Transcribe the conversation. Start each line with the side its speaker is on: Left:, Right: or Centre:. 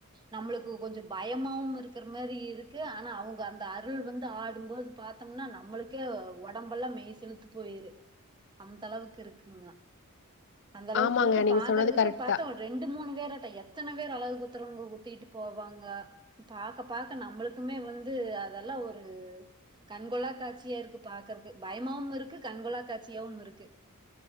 Right: நம்மளுக்கு கொஞ்சோ பயமாவு இருக்கிற மாரி இருக்கு ஆனா அவுங்க அந்த அருள் வந்து ஆடும்போது பா த்தோம்னா நம்மளுக்கே உடம்பெல்லா மெய் சிலுத்து போயிரு அந்த அளவுக்கு இருக்குங்க அந்த அளவுக்கு
Left: ஆமாங்க
Right: இருக்கு
Left: நீங்க
Right: பாக்கறதுக்கு
Left: சொன்னது கரெக்ட்
Right: பாத்த
Left: தா
Right: ஒ ரெண்டு மூணு பேரட்ட எத்தனை வேர் அழகு குத்தறவங்க குத்திட்டு போவாங்க பாக்க பாக்க நம்மளுக்குமே வந்து அதெல்லா ஒரு கண்கொள்ளா காட்சியா இருக்கு பாக்கறக்கு பயமாவும் இருக்கு கண்கொள்ளா காட்சியாவும் இருக்கு